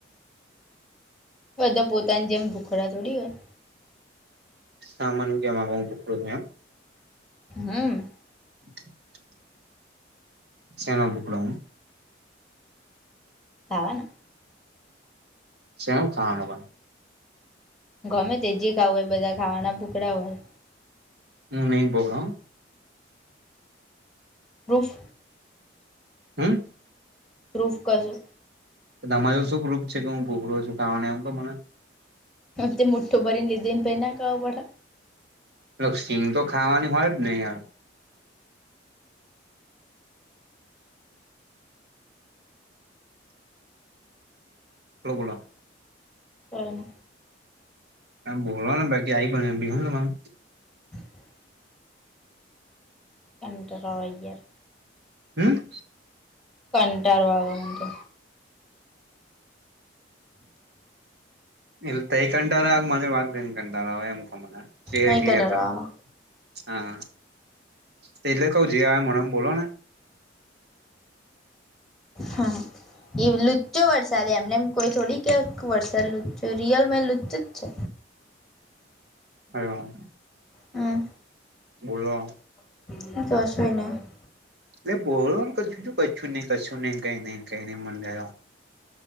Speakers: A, in the centre; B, on the right (about 55°).
A: બધા પોતાની જેમ ભૂખડા થોડી હોય.
B: સામાન્યું કેમાં કું પકડું એમ.
A: હમ.
B: <inaudible> સેના પકડા?
A: ખાવાના.
B: છે શું ખાવાનું પણ?
A: ગમે તેજી ખાવું હોય બધા ખાવાના ભુખડા હોય.
B: હું નહી બોલો.
A: પ્રૂફ.
B: હમ.
A: પ્રૂફ કરશો?
B: તો તમારો શું પ્રૂફ છે કે હું ભૂખલો છું ખાવાને મને.
A: તે મુઠ્ઠો ભરીને લીધી ને પછી ન ખબર પડે.
B: એ સીંગ તો ખાવાની હોય જ ને યાર. લો બોલો.
A: ક <unintelligible>
B: બોલો ને બાકી આવી બન્યું હમણાં તમારું.
A: <inaudible> કટ્રઈય <unintelligible>
B: હમ.
A: કંટાળો આવે છે મને તો.
B: એલ્ તૈઈ કંટાળો આવે કે મારી જોડે વાત કરીને કંટાળો આવે એમ કોહ મને. એ
A: અહીં
B: કક્લીઅર
A: કંટાળો
B: કરો
A: આવે
B: હા. તેટલે કહું જે આવે મોઢા માં બોલો ને.
A: હા. એ લુચો વરસાદ એમનેમ કોઈ થોડી ક્યાંક વરસાદ લુચો રિયલમાં લુચો જ છે.
B: હેલો.
A: હમ.
B: બોલો.
A: <unintelligible>
B: એટલે બોલો કશું કશું નહી કશું નઈ કઈ નઈ કઈ નઈ મંડ્યા છો.